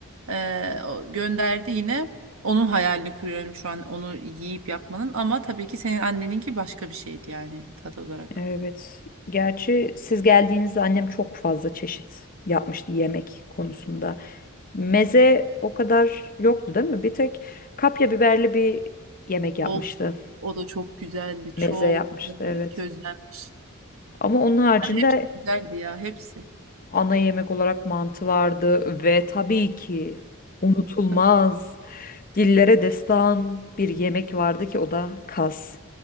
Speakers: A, on the right; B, on the left.
A: E, o gönderdi yine. Onun hayalini kuruyorum şu an onu yiyip yapmanın ama tabii ki senin anneninki başka bir şeydi yani tadı olarak.
B: Evet. Gerçi siz geldiğinizde annem çok fazla çeşit yapmıştı yemek konusunda. Meze o kadar yoktu değil mi? Bir tek kapya biberli bir yemek yapmıştı.
A: Of o da çok güzeldi
B: Meze
A: çok
B: yapmıştı
A: evet,
B: evet.
A: közlenmiş.
B: Ama onun haricinde
A: Hepsi güzeldi ya hepsi.
B: ana yemek olarak mantı vardı ve tabii ki unutulmaz
A: Heh,
B: dillere destan bir yemek vardı ki o da kas.